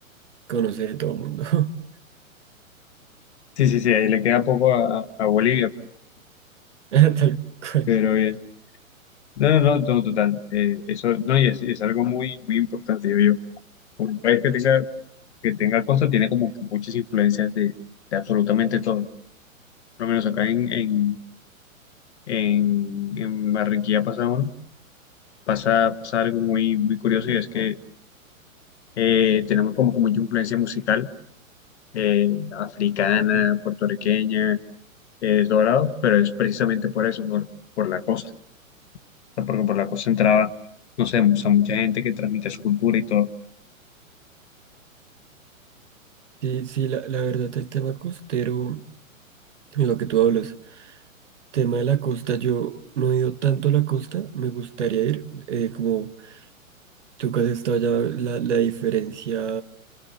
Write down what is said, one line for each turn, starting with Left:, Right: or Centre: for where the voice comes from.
Right: conoce de todo el mundo,
Left: Sí, sí, sí, ahí le queda poco a, a- a Bolivia, pero,
Right: <laughs> tal cual.
Left: pero bien. No, no, no, no, total. Eh, eso, no, y es, y es algo muy, muy importante, yo digo. Un país que tenga, que tenga costa tiene como que muchas influencias de, de absolutamente todo. Por lo menos acá en, en, en, en Barranquilla pasamos. pasa, pasa algo muy, muy curioso y es que eh, tenemos como que mucha influencia musical eh, africana,
Right: Ujú.
Left: puertorriqueña, eh, dorado, pero es precisamente por eso, por, por la costa. O sea, Porque por la costa entraba, no sé, o sea, mucha gente que transmite su cultura y todo.
Right: Sí, sí, la, la verdad, el tema costero. lo que tú hablas. Tema de la costa, yo no he ido tanto a la costa, me gustaría ir, eh, como tú que has estado allá, la, la diferencia